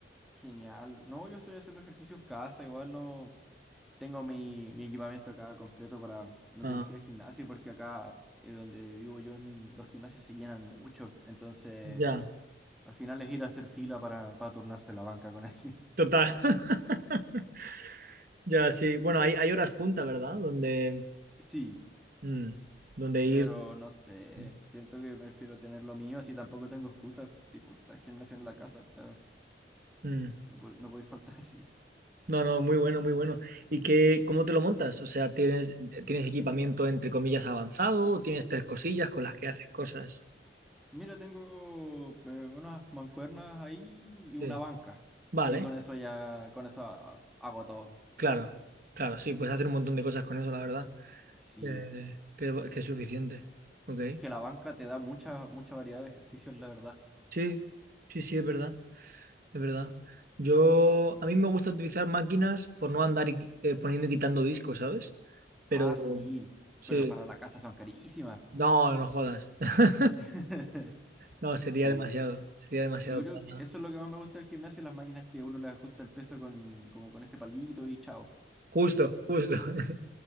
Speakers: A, in the centre; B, on the right.
A: Genial. No, yo estoy haciendo ejercicio en casa, igual no. Tengo mi, mi equipamiento acá completo para no
B: Ah,
A: tener que ir al gimnasio, porque acá eh, donde vivo yo, en- los gimnasios se llenan mucho. Entonces,
B: ya,
A: al final es ir a hacer fila para, para turnarse la banca con alguien. <laughs>
B: total. <laughs> Ya, sí. Bueno, hay, hay horas punta, ¿verdad? Donde,
A: Sí,
B: mm, donde ir.
A: pero no sé.
B: Mm.
A: Siento que prefiero tener lo mío, así tampoco tengo excusa. Tipo, está el gimnasio en la casa, o sea,
B: mm.
A: no puede, no puede faltar <laughs> así.
B: No, no, muy bueno, muy bueno. ¿Y qué, cómo te lo montas? O sea, ¿tienes, tienes equipamiento entre comillas avanzado o tienes tres cosillas con las que haces cosas?
A: Mira, tengo eh, unas mancuernas ahí y una
B: Sí.
A: banca.
B: Vale,
A: Y con eso ya, con eso ah, hago todo.
B: claro, claro, sí, puedes hacer un montón de cosas con eso, la verdad,
A: Sí.
B: que, que- que es suficiente. Ok,
A: Es que la banca te da mucha, mucha variedad de ejercicios, la verdad.
B: sí, sí, sí, es verdad, es verdad. Yo, a mí me gusta utilizar máquinas por no andar y- eh, poniendo y quitando discos, ¿sabes? Pero,
A: Ah, sí,
B: sí,
A: pero para la casa son carísimas. po.
B: no, no jodas. <laughs>
A: <laughs>
B: No, sería
A: Sí,
B: demasiado, sería demasiado
A: yo creo
B: para
A: que
B: nada.
A: eso es lo que más me gusta del gimnasio, las máquinas que uno le ajusta el peso con, como con este palito y chao.
B: Justo, justo. <laughs>